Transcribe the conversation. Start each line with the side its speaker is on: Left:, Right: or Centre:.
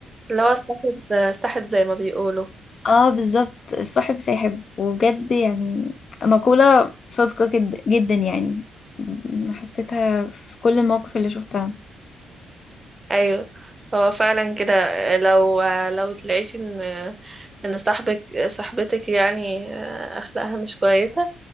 Right: اللي هو استحب استحب زي ما بيقولوا
Left: اه بالظبط الصاحب ساحب وبجد يعني مقولة صادقة جد جدا يعني م- حسيتها في كل المواقف اللي شفتها
Right: ايوه هو فعلا كده لو لو تلاقيتي ان ان صاحبك صاحبتك يعني آه، اخلاقها مش كويسه